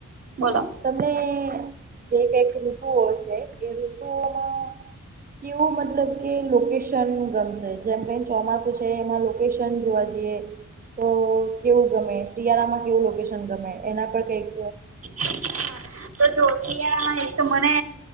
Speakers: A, on the right; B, on the right.
A: બોલો.
B: તમને જે કક ઋતુ ઓ છે એ ઋતુઓમાં કેવું મતલબ કે લોકેશન ગમશે જેમ કે ચોમાસુ છે એમાં લોકેશન જોવા જઈએ.
A: હ
B: તો
A: <inaudible>
B: કેવું ગમે શિયાળામાં કેવું લોકેશન ગમે એના પર કઈક
A: હા. તો જો શિયાળામાં એક તો મને